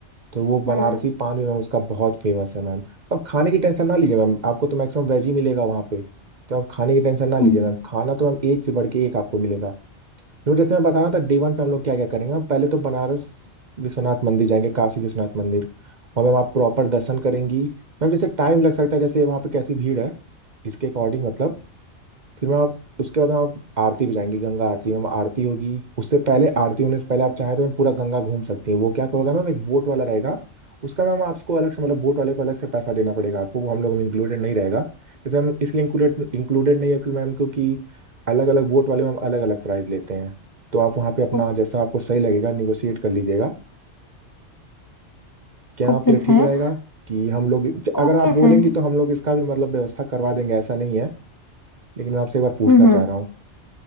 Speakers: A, on the right; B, on the left.
A: तो वो बनारसी
B: हम्म
A: पान भी मैम उसका बहुत फेमस है मैम अब खाने की टेंशन ना लीजिए मैम आपको तो मैक्सिमम वेज ही मिलेगा वहाँ पे तो आप खाने की टेंशन ना लीजिए
B: हम्म,
A: मैम खाना तो मैम एक से बढ़ के एक आपको मिलेगा तो जैसे मैं बता रहा था डे वन पे हम लोग क्या क्या करेंगे मैम पहले तो बनारस विश्वनाथ मंदिर जाएंगे काशी विश्वनाथ मंदिर और मैम आप प्रॉपर दर्शन करेंगी मैम जैसे टाइम लग सकता है जैसे वहाँ पे कैसी भीड़ है इसके अकॉर्डिंग मतलब फिर मैं आप उसके बाद हम आप आरती पे जाएंगे गंगा आरती में आरती होगी उससे पहले आरती होने से पहले आप चाहें तो मैं पूरा गंगा घूम सकती हैं वो क्या करोगे मैम एक बोट वाला रहेगा उसका मैम आपको अलग से मतलब बोट वाले को अलग से पैसा देना पड़ेगा आपको वो हम लोगों में इंक्लूडेड नहीं रहेगा जैसे हम इसलिए इंक्लूडेड इंक्लूडेड नहीं है क्योंकि मैम क्योंकि अलग अलग बोट वाले मैम अलग अलग प्राइस लेते हैं तो आप वहाँ पे अपना
B: ओ-
A: जैसा आपको सही लगेगा निगोशिएट कर लीजिएगा क्या
B: ओके
A: आपके लिए
B: सर
A: ठीक रहेगा कि हम लोग अगर
B: Okay
A: आप बोलेंगी
B: sir हम्म
A: तो हम लोग इसका भी मतलब व्यवस्था करवा देंगे ऐसा नहीं है लेकिन मैं आपसे एक बार पूछना
B: हम्म
A: चाह रहा हूँ